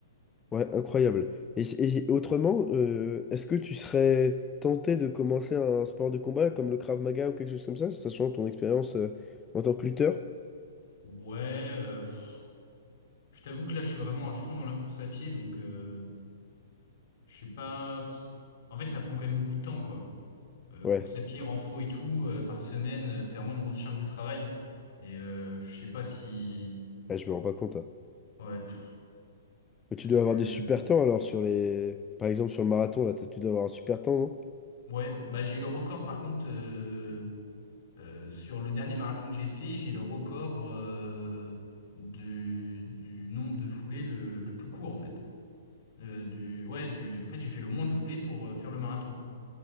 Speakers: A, on the left (about 15°); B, on the left (about 60°).
A: Ouais, incroyable. Et, et autrement, euh, est-ce que tu serais tenté de commencer un sport de combat comme le Krav Maga ou quelque chose comme ça, sachant ton expérience euh, en tant que lutteur?
B: Ouais, euh, pff, je t'avoue que là, je suis vraiment à fond dans la course à pied, donc euh, je sais pas. pff. En fait, ça prend quand même beaucoup de temps, quoi. Euh,
A: Ouais,
B: course à pied, renfo et tout, euh, par semaine, euh, c'est vraiment une grosse charge de travail. Et euh, je sais pas si.
A: ouais, je me rends pas compte. hein.
B: Ouais, pff,
A: Mais tu
B: parce
A: dois
B: que.
A: avoir des super temps alors sur les... Par exemple sur le marathon, là, t'as- tu dois avoir un super temps, non?
B: Ouais, bah j'ai le record par contre euh, euh, sur le dernier marathon que j'ai fait, j'ai le record euh, du, du nombre de foulées le, le plus court en fait. Euh, du ouais du en fait j'ai fait le moins de foulées pour euh, faire le marathon